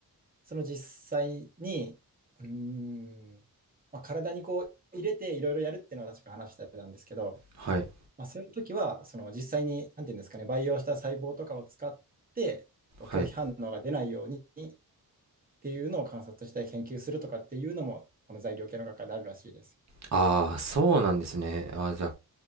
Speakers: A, on the right; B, on the right.
A: その実際に、うーん、まあ、体にこう入れていろいろやるっていうのは確か話してたんですけど、
B: はい、
A: まあ、そういう時は、その実際に、なんていうんですかね、培養した細胞とかを使って、こう拒否反応が出ないようにっ
B: はい。
A: ていうのを観察して研究するとかっていうのも、この材料系の学会であるらしいです。
B: ああ、そうなんですね。あー、じゃ